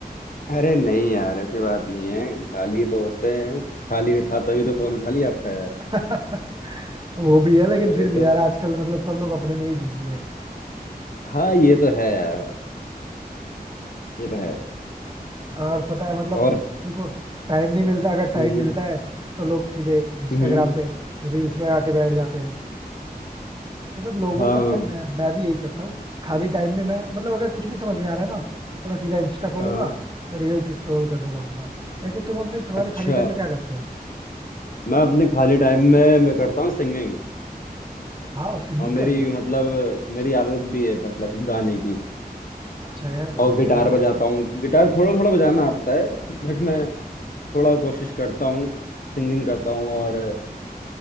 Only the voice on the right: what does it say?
<laughs> वो भी है लेकिन
फिर भी
यार आजकल मतलब सब लोग अपने में ही बिजी है
और पता है मतलब
किसी को टाइम नहीं मिलता अगर टाइम
मिलता है तो लोग सीधे इंस्टाग्राम
पे रील्स लगा के बैठ जाते हैं मतलब लोगों
का क्या है, मैं मैं भी यही करता हूँ खाली टाइम में मैं मतलब अगर कुछ नहीं समझ में आ रहा है ना तो मैं सीधा इंस्टा खोलूंगा
रील्स स्क्रॉल करने लगूंगा वैसे तुम अपने तुम्हारे
खाली टाइम में क्या करते हो
भाव सिंगिंग
करते हो
अच्छा यार बहुत
बढ़िया यार